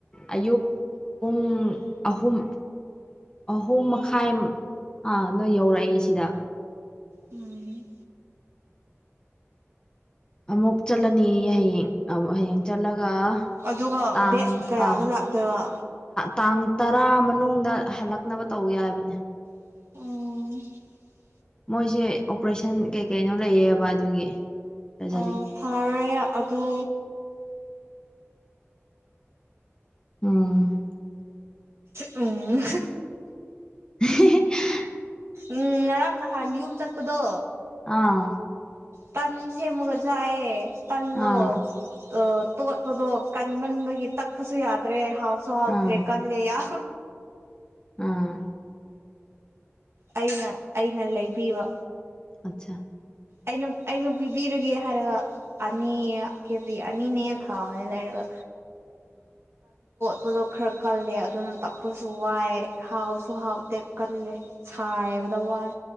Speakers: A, on the left; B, on the right.
A: ꯑꯌꯨꯛ ꯄꯨꯡ ꯑꯍꯨꯝ ꯑꯍꯨꯝ ꯃꯈꯥꯏ ꯅꯣꯏ ꯌꯧꯔꯛꯑꯦ ꯁꯤꯗ
B: ꯎꯝ
A: ꯑꯃꯨꯛ ꯆꯠꯂꯅꯤ ꯍꯌꯦꯡ ꯍꯌꯦꯡ ꯆꯠꯂꯒ
B: ꯑꯗꯨꯒ
A: ꯇꯥꯡ
B: ꯗꯦꯠ ꯀꯌꯥꯗ
A: ꯑꯥ
B: ꯂꯥꯛꯇꯣꯏꯕ
A: ꯇꯥꯡ ꯇꯔꯥ ꯃꯅꯨꯡꯗ ꯍꯜꯂꯛꯅꯕ ꯇꯧꯒꯦ ꯍꯥꯏꯕꯅꯤ
B: ꯑꯣ
A: ꯃꯣꯏꯁꯦ ꯑꯣꯄꯔꯦꯁꯟ ꯀꯩ ꯀꯩꯅꯣ ꯂꯩꯌꯦꯕ ꯑꯗꯨꯒꯤ ꯁꯔꯖꯔꯤ
B: ꯑ ꯐꯔꯦ ꯑꯗꯨ
A: ꯑꯣ
B: ꯎꯝ
A: ꯍ
B: ꯎꯝ ꯉꯔꯥꯡ ꯅꯍꯥꯟ ꯌꯨꯝ ꯆꯠꯄꯗꯣ
A: ꯑꯥ
B: ꯇꯥꯟꯁꯦ ꯃꯒ ꯆꯑ ꯇꯥꯟꯗ
A: ꯑꯥ
B: ꯑ ꯇꯣꯠꯄꯗꯣ ꯀꯟꯃꯟꯕꯒꯤ ꯇꯛꯄꯁꯨ ꯌꯥꯗ꯭ꯔꯦ ꯍꯥꯎꯁꯨ ꯍꯥꯎꯗ꯭ꯔꯦ
A: ꯑꯥ
B: ꯀꯜꯂꯦ ꯑ
A: ꯑꯥ
B: ꯑꯩꯅ ꯑꯩꯅ ꯂꯩ ꯤꯕ
A: ꯑꯆꯥꯆꯥ
B: ꯑꯩꯅ ꯑꯩꯅ ꯄꯤꯕꯤꯔꯒꯦ ꯍꯥꯏꯔꯒ ꯑꯅꯤ ꯀꯦꯖꯤ ꯑꯅꯤꯅꯦ ꯊꯥꯎꯅꯦ ꯂꯩꯔꯒ
A: <inaudible>
B: ꯇꯂ ꯈꯔ ꯀꯜꯂꯦ ꯑꯗꯨꯅ ꯇꯛꯄꯁꯨ ꯋꯥꯏ ꯍꯥꯎꯁꯨ ꯍꯥꯎꯇꯦꯛ ꯀꯜꯂꯦ ꯁꯥꯏꯕꯗ ꯋꯥꯏ